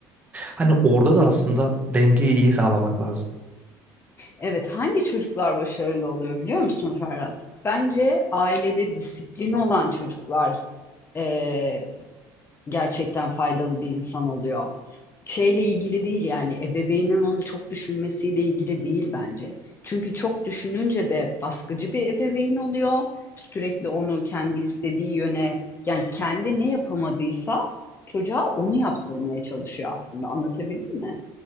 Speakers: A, on the right; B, on the left.
A: Hani orada da aslında dengeyi iyi sağlamak lazım.
B: Evet, hangi çocuklar başarılı oluyor biliyor musun Ferhat? Bence ailede disiplin olan çocuklar eee, gerçekten faydalı bir insan oluyor. Şeyle ilgili değil yani ebeveynin onu çok düşünmesiyle ilgili değil bence. Çünkü çok düşününce de baskıcı bir ebeveyn oluyor. Sürekli onu kendi istediği yöne yani kendi ne yapamadıysa çocuğa onu yaptırmaya çalışıyor aslında anlatabildim mi?